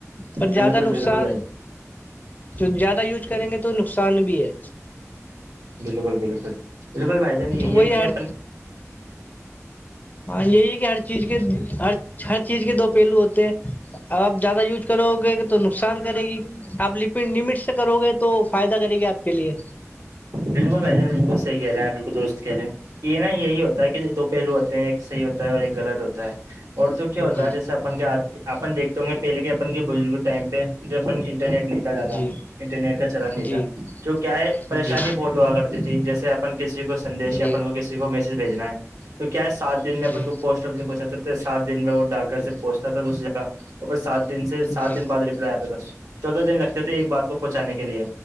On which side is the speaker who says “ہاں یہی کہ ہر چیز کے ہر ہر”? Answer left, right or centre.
Left